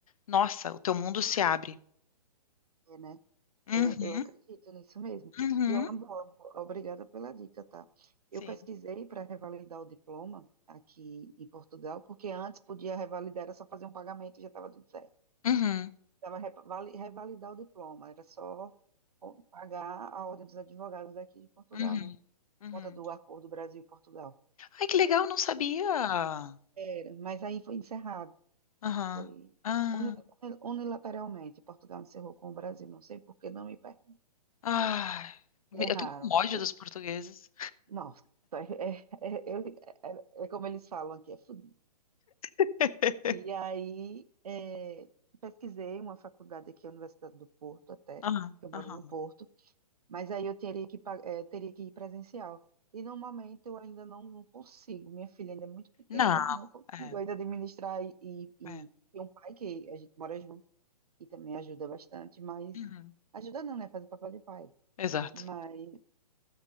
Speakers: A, on the left; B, on the right.
A: nossa, o teu mundo se abre.
B: é, né?
A: Uhum,
B: Eu, eu acredito nisso mesmo.
A: uhum,
B: E é uma boa, boa. obrigada pela dica, tá? Eu
A: sim.
B: pesquisei para revalidar o diploma aqui em Portugal, porque antes podia revalidar, era só fazer um pagamento e já estava tudo certo.
A: Uhum,
B: Precisava revali- revalidar o diploma, era só o- pagar a ordem dos advogados daqui de Portugal,
A: uhum,
B: né?
A: uhum.
B: conta do acordo Brasil e Portugal.
A: Ai, que legal, não sabia.
B: Era, mas aí foi encerrado,
A: Aham.
B: foi
A: Ah,
B: uni- uni- unilateralmente. Portugal encerrou com o Brasil, não sei por que não me per-
A: ah, me-
B: erraram.
A: eu tenho um ódio
B: Foi.
A: dos portugueses.
B: Nossa, é, é, é, eu- é- é como eles falam aqui, é fudido.
A: <laughs>
B: E aí é, pesquisei uma faculdade aqui, a Universidade do Porto, até,
A: Aham,
B: que eu moro
A: aham.
B: no Porto. Mas aí eu teria que, pa- eh, teria que ir presencial. E no momento eu ainda não, não consigo. Minha filha ainda é muito pequena,
A: Não,
B: não consigo
A: é,
B: ainda administrar e, e, e
A: é.
B: tem um pai que a gente mora junto e também ajuda bastante, mas
A: Uhum,
B: ajuda não, né? Faz o papel de pai.
A: exato.
B: Mas